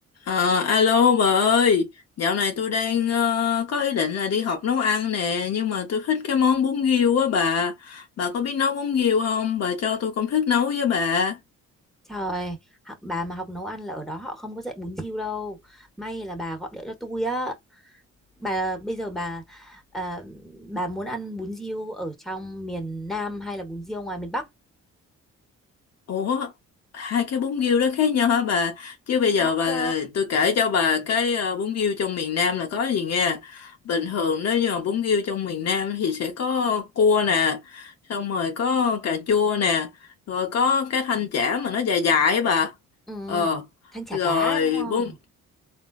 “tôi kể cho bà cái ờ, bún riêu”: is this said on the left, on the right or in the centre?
Left